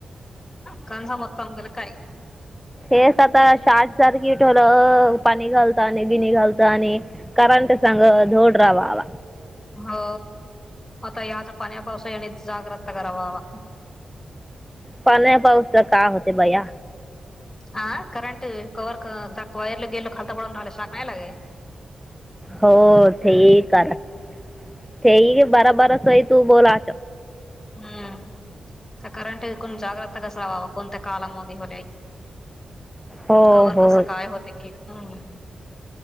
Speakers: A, on the left (about 25°); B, in the centre.
A: का सांमतता गल काय
B: हेच आता शॉ्ट सर्किट होलं पाणी घालतं आणि गिणी घालत आणि करंट सांग धोड राहावा वा
A: हो आता याच पाण्या पावसा्याने जागृता करावावा
B: पाण्या पाव तर का होते बया
A: हा करंट कव्ह वायरला गेलो खालता पडून राहिलं शाक नाही लागे
B: हो ठीक आहे ते बारा बारा सय तू बोलाच
A: हम्म करंट कोण जागृता कसरावावा कोणत्या कालाम होल्या
B: हो
A: कवर
B: हो
A: कसं काय होते की हम्